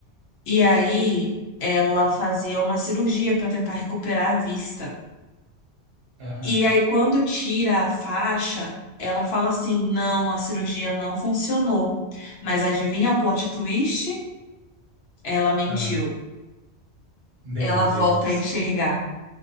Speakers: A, on the left; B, on the right.
A: E aí ela fazia uma cirurgia pra tentar recuperar a vista.
B: aham,
A: E aí quando tira a faixa, ela fala assim: "Não, a cirurgia não funcionou". Mas adivinha o plot twist? Ela mentiu.
B: ah, meu
A: Ela
B: Deus.
A: volta a enxergar.